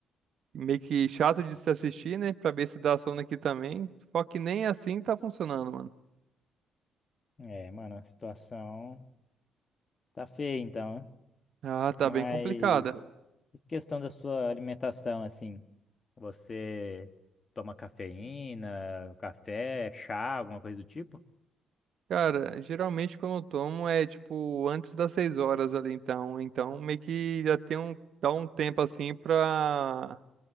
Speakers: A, on the right (about 65°); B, on the left (about 35°).
A: meio que chato de se assistir, né? Pra ver se dá sono aqui também. Só que nem assim tá funcionando, mano.
B: É, mano, a situação tá feia então, né?
A: Ah, tá
B: Mas
A: bem complicada.
B: e questão da sua alimentação, assim. Você toma cafeína, café, chá, alguma coisa do tipo?
A: Cara, geralmente quando eu tomo é, tipo, antes das seis horas ali, então. Então meio que já tem um, dá um tempo, assim, pra,